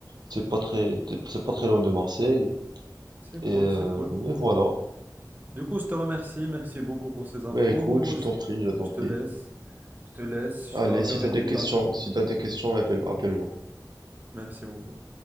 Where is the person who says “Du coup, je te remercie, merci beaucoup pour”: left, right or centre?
Right